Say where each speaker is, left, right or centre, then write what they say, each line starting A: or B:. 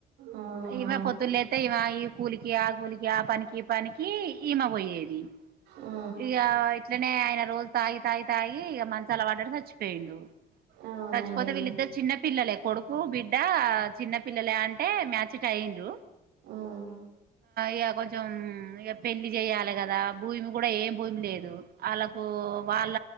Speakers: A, on the right (about 85°); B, on the right (about 65°).
A: అవును
B: ఇమె
A: ఆ.
B: పొత్దులు అయితే ఇ ఈ కూలికి ఆ కూలికి ఆ పనికి ఈ పనికి ఈమ పోయేది
A: ఆ,
B: ఇక ఇట్లనే ఆయన రోజు తాగి తాయి తాయి ఇ మంచి అలవాట చచ్చిపోయిండు
A: అవును
B: చచ్చిపోతే
A: అయ్యో
B: వీళ్ళిద్దరు చిన్న పిల్లలే కొడుకు బిడ్డ చిన్నపిల్లలు అం టే మ్యాచ్ట్ అయిరు
A: ఉమ్,
B: ఇక కొంచెం పెళ్లి చేయ్యాలి కదా భూమి కూడా ఏం భూమి లేదు వాళ్ళకు వాళ్ళ